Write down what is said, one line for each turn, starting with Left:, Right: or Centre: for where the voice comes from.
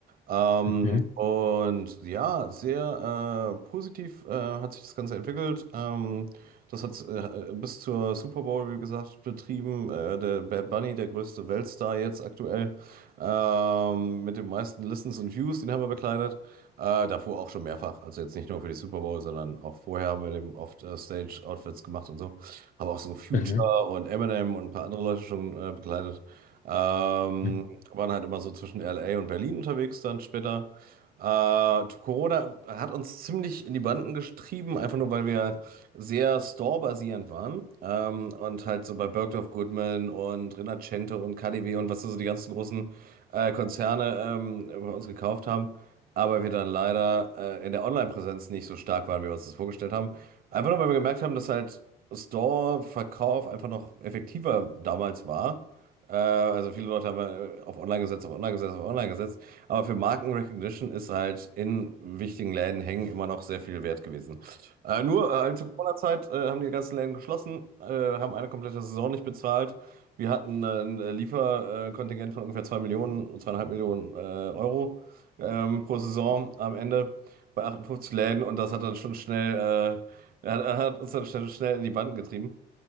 Right: Ähm,
Left: Mhm.
Right: und ja, sehr äh, positiv äh, hat sich das Ganze entwickelt. Ähm, das hat äh, bis zur Super Bowl, wie gesagt, betrieben. Äh, der Bad Bunny, der größte Weltstar jetzt aktuell, ähm, mit den meisten Listens und Views, den haben wir bekleidet. Äh, davor auch schon mehrfach. Also jetzt nicht nur für die Super Bowl, sondern auch vorher haben wir dem oft äh, Stage-Outfits gemacht und so. Haben auch so Future
Left: Mhm.
Right: und Eminem und ein paar andere Leute schon äh, bekleidet. Ähm,
Left: Mhm.
Right: waren halt immer so zwischen LA und Berlin unterwegs dann später. Äh, Corona hat uns ziemlich in die Banden getrieben, einfach nur weil wir sehr store waren. Ähm, und halt so bei Bergdorf Goodman und Rinascente und KaDeWe und was so die ganzen großen äh, Konzerne ähm, bei uns gekauft haben. Aber wir dann leider äh, in der Online-Präsenz nicht so stark waren, wie wir uns das vorgestellt haben. Einfach nur, weil wir gemerkt haben, dass halt Store-Verkauf einfach noch effektiver damals war. Äh, also viele Leute haben äh, auf Online gesetzt, auf Online gesetzt, auf Online gesetzt. Aber für Markenrecognition ist halt in wichtigen Läden hängen immer noch sehr viel wert gewesen. Äh, nur äh, halt zur Corona-Zeit äh, haben die ganzen Läden geschlossen, äh, haben eine komplette Saison nicht bezahlt. Wir hatten äh, ein Lieferkontingent von ungefähr 2 Millionen, zweieinhalb Millionen äh, Euro ähm, pro Saison am Ende bei 58 Läden und das hat dann schon schnell, äh, hat, hat uns dann schnell, schnell in die Banden getrieben.